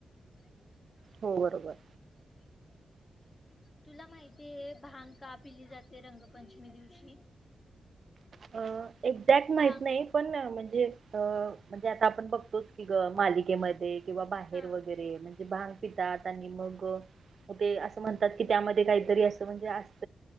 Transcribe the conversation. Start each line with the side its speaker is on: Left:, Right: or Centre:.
Left: <unintelligible>
Right: हो बरोबर
Left: तुला माहितीय भांग का पिली जाते रंगपंचमी दिवशी.
Right: अ एक्झॅक्ट माहीत
Left: भांग
Right: नाही पण म्हणजे अ म्हणजे आता आपण बघतो की मालिकेमध्ये
Left: ह
Right: किंवा बाहेर
Left: हा
Right: वगैरे म्हणजे भांग पितात आणि मग हो ते असं म्हणतात की त्यामध्ये काहीतरी असं म्हणजे अस